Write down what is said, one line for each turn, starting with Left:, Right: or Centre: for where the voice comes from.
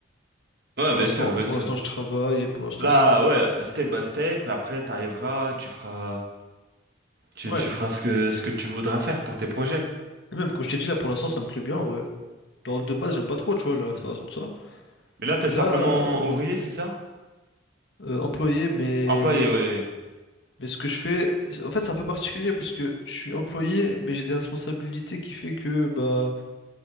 Right: Ouais,
Left: Pour
Right: bien
Left: l'instant,
Right: sûr, bien
Left: pour
Right: sûr.
Left: l'instant, je travaille et pour l'instant,
Right: Là,
Left: c'est...
Right: ouais, step by step, après t'arriveras, tu feras, tu,
Left: Ouais.
Right: tu feras ce que, ce que tu voudras faire pour tes projets.
Left: Et même, comme je t'ai dit, là, pour l'instant, ça me plaît bien, en vrai. Dans le de base, j'aime pas trop, tu vois, la restauration,
Right: Mhm.
Left: de ça.
Right: Mais là, t'es
Left: Et là,
Right: simplement ouvrier, c'est ça?
Left: euh, employé, mais...
Right: Employé, ouais.
Left: Mais ce que je fais, en fait, c'est un peu particulier parce que je suis employé, mais j'ai des responsabilités qui fait que, bah...